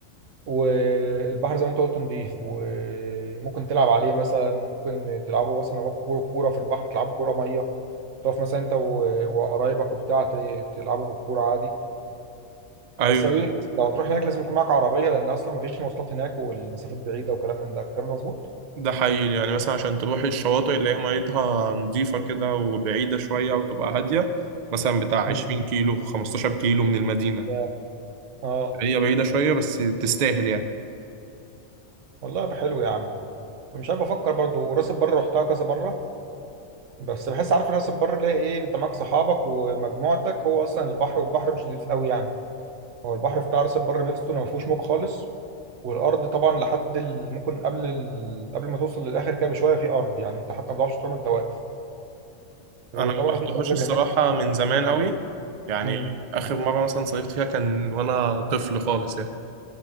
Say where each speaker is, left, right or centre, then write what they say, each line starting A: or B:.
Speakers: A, on the right (about 75°); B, on the right (about 50°).
A: والبحر زي ما انت قلت نضيف وممكن تلعب عليه مثلا ممكن تلعبوا مثلا لو معاك كوره كورة في البحر تلعبوا كوره ميه تقف مثلا انت و- وقرايبك وبتاع ت- تلعبوا بالكوره عادي
B: ايوه
A: بس أوي- لو هتروح هناك لازم يكون معاك عربيه لان اصلا مفيش مواصلات هناك والمسافات بعيده وكلام من ده الكلام ده مظبوط؟
B: ده حقيقي يعني مثلا عشان تروحي الشواطئ اللي هي ميتها نظيفة كده وبعيدة شوية وتبقى هادية مثلا بتاع
A: مم.
B: 20 كيلو 15 كيلو من المدينة
A: اه آه.
B: هي بعيدة شوية بس تستاهل يعني
A: والله يبقى حلو يا عم مش عارف افكر برضو راس البر رحتها كذا مره بس بحس عارف راس البر ليه ايه انت معاك صحابك ومجموعتك هو اصلا البحر والبحر مش نضيف قوي يعني هو البحر بتاع راس البر ميزته انه ما فيهوش موج خالص والارض طبعا لحد ال... ممكن قبل ال... قبل ما توصل للاخر كده بشويه في ارض يعني انت حتى ما تعرفش تقوم انت واقف وطبعا
B: أنا ما
A: ما
B: رحتهاش
A: فيش غير
B: الصراحة
A: هناك
B: من زمان قوي يعني
A: امم
B: آخر مرة مثلا صيفت فيها كان وأنا طفل خالص يعني